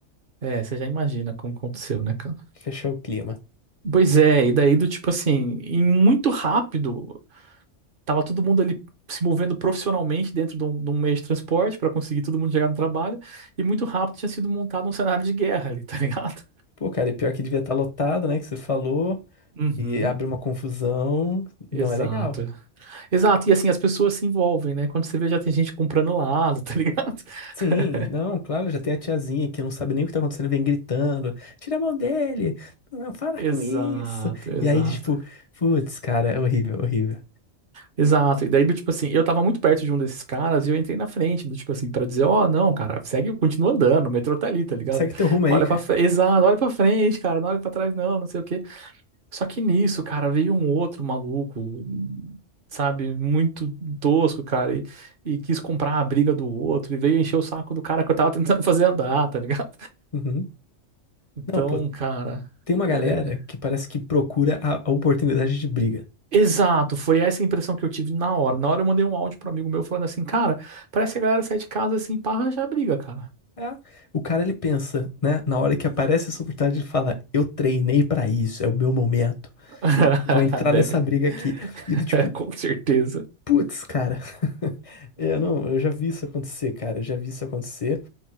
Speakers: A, on the right (about 50°); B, on the left (about 40°).
A: É, você já imagina como aconteceu, né, cara?
B: Fechou o clima.
A: Pois é, e daí do tipo assim, em muito rápido, tava todo mundo ali se movendo profissionalmente dentro de um, de um meio de transporte pra conseguir todo mundo chegar no trabalho, e muito rápido tinha sido montado um cenário de guerra ali, <laughs> tá ligado?
B: Pô, cara, e pior que devia estar lotado, né? Que você falou.
A: Uhum,
B: E abre uma confusão.
A: exato.
B: Não é legal.
A: Exato, e assim, as pessoas se envolvem, né? Quando você vê, já tem gente comprando lado, tá ligado?
B: Sim,
A: <laughs>
B: não, claro, já tem a tiazinha que não sabe nem o que tá acontecendo, vem gritando. Tira a mão dele! Não, para
A: Exato,
B: com isso!
A: exato.
B: E aí, tipo, putz, cara, é horrível, horrível.
A: Exato. E daí, do tipo assim, eu tava muito perto de um desses caras e eu entrei na frente, do tipo assim, pra dizer, ó, não, cara, segue, continua andando, o metrô tá ali, tá ligado?
B: Segue teu rumo aí,
A: Olha
B: cara.
A: pra frente, exato, olha pra frente, cara, não olha pra trás, não, não sei o quê. Só que nisso, cara, veio um outro maluco, sabe, muito tosco, cara, e, e quis comprar a briga do outro, e veio encher o saco do cara que eu tava tentando <laughs> fazer andar, tá ligado?
B: Uhum.
A: Então,
B: Não, pô,
A: cara.
B: tem uma
A: é,
B: galera que parece que procura a, a oportunidade de briga.
A: Exato, foi essa a impressão que eu tive na hora. Na hora eu mandei um áudio pro amigo meu falando assim, cara, parece que a galera sai de casa assim pra arranjar briga, cara.
B: É, o cara, ele pensa, né? Na hora que aparece essa oportunidade, ele fala: Eu treinei pra isso, é o meu momento.
A: <laughs>
B: Vou entrar
A: Deve,
B: nessa briga aqui. E
A: <laughs>
B: do tipo,
A: com certeza.
B: Putz, cara. <laughs> Eu não, eu já vi isso acontecer, cara. Eu já vi isso acontecer.